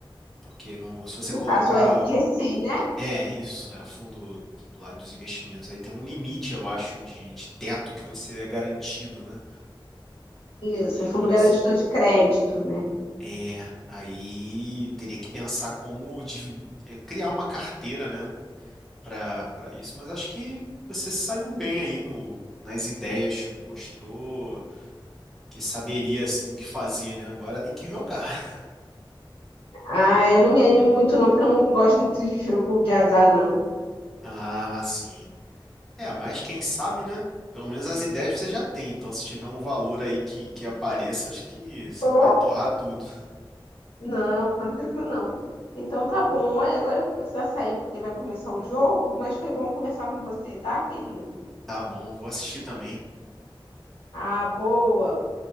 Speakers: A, in the centre; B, on the left (about 90°).
A: Porque no, se você
B: No
A: colocar.
B: caso, o FGC, né?
A: É, isso, é fundo do lado dos investimentos. Aí tem um limite, eu acho, de, de teto que você é garantido, né?
B: Isso,
A: E
B: é Fundo
A: por
B: Garantidor
A: isso.
B: de Crédito, né?
A: É, aí teria que pensar como divi- é, criar uma carteira, né, para para isso. Mas acho que você saiu bem aí no, nas ideias, mostrou que saberia assim o que fazer, né? Agora tem que jogar. <laughs>
B: Ah, eu não me animo muito não, porque eu não gosto muito de jogo de azar, não.
A: Ah, sim. É, mas quem sabe, né? Pelo menos as ideias você já tem. Então, se tiver um valor aí que, que apareça, acho que você
B: Ou
A: não vai torrar tudo.
B: Não, com certeza não. Então tá
A: Tá,
B: bom. Olha, agora eu vou precisar sair porque vai começar o jogo, mas foi bom conversar com você, tá, querido?
A: tá bom, vou assistir também.
B: Ah, boa.